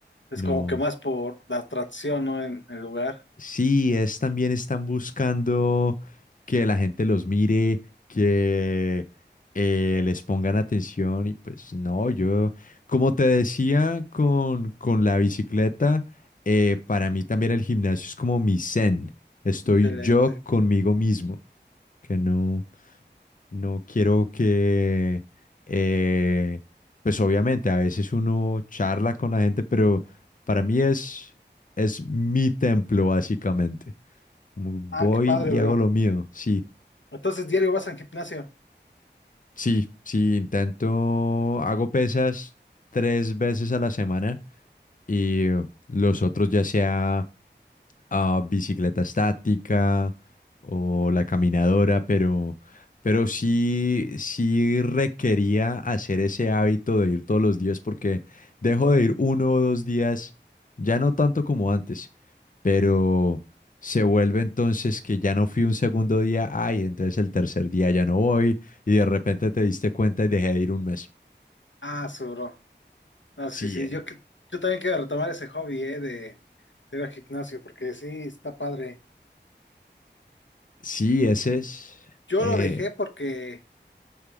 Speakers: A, on the left; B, on the left.
A: Es
B: No.
A: como que más por la atracción, ¿no? En el lugar.
B: Sí, es también están buscando que la gente los mire, que eh, les pongan atención y pues no, yo, como te decía con, con la bicicleta, eh, para mí también el gimnasio es como mi zen, estoy
A: Excelente.
B: yo conmigo mismo, que no, no quiero que, eh, pues obviamente a veces uno charla con la gente, pero para mí es, es mi templo básicamente. Como voy
A: Ah, qué padre,
B: y
A: bro.
B: hago lo mío. Sí,
A: Entonces, diario vas al gimnasio.
B: sí, sí, intento, hago pesas tres veces a la semana y los otros ya sea ah, bicicleta estática o la caminadora, pero, pero sí, sí requería hacer ese hábito de ir todos los días porque dejo de ir uno o dos días, ya no tanto como antes, pero se vuelve entonces que ya no fui un segundo día, ay, entonces el tercer día ya no voy y de repente te diste cuenta y dejé de ir un mes.
A: Ah, su bro. No, sí,
B: Sí,
A: sí.
B: eh,
A: Yo, que- yo también quiero retomar ese hobby, ¿eh? De, de ir al gimnasio, porque sí, está padre.
B: sí, ese
A: Yes.
B: es...
A: Yo
B: eh,
A: lo dejé porque